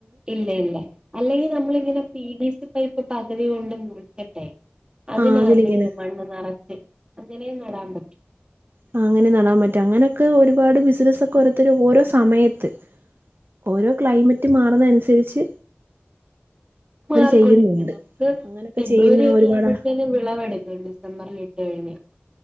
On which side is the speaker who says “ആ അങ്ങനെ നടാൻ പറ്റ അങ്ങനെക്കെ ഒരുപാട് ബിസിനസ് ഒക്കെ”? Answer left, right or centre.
Right